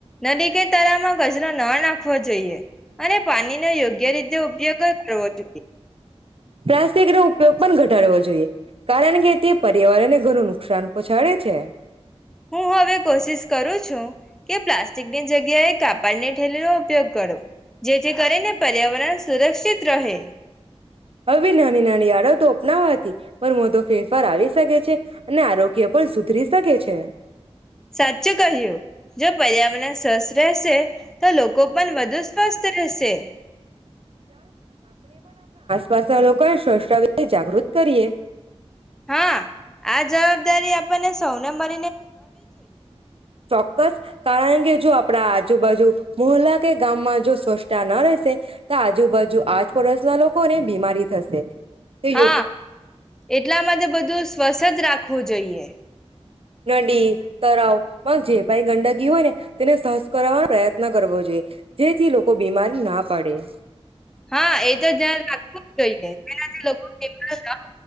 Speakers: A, in the centre; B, on the right.
A: નદી કે તરામાં કચરો ન નાખવો જોઈએ અને પાણી ન યોગ્ય ઉપયોગ કરવો જોઈએ.
B: પ્લાસ્ટિક નો ઉપયોગ પણ ઘટ કરવો જોઈએ. કારણ કે તે પર્યાવરણને ઘણું નુકસાન પહોંચાડે છે.
A: હું હવે કોશિશ કરું છું. કે પ્લાસ્ટિકની જગ્યાએ કાપડની ઠેલી નો ઉપયોગ કરો. જેથી કરી ને પર્યાવરણ સુરક્ષિત રહે.
B: હવે નાની નાની આડો તો અપનાવાથી. પણ મો તોો ફેરફાર આવી શકે છે અને આરોગ્ય પણ સુધરી શકે છે.
A: સાચું કહ્યું જો પર્યાવરણ સસ વસે. તો લોકો પણ વધુ સ્વસ્થ રહેશે.
B: પાછ લોકો સષ્ જાગૃત કરીએ.
A: હા આ જવાબદારી આપણને સૌને મળ
B: ચોક્કસ કારણ કે જો આપણા આજુબાજુ મોહલ્લા કે ગામમાં જો સ્વચ્છતા ન રહેશે તો આજુબાજુ આસપડોશના લોકો ને બીમારી થશે. તે
A: હા
B: યોગ
A: એટલા માટે બધું સ્વસ્ જ રાખ ખો જઈએ
B: નડી તરાવ જે કઈ ગંદકી હોય ને તેને સહસ કરવાનો પ્રયત્ન કરવો જોઈએ જેથી લોકો બીમાર ના પડે <inaudible>
A: હા એ તો ધ્યાન રાખવું જ જોઈએ જેનાથી લોકો બીમાર ન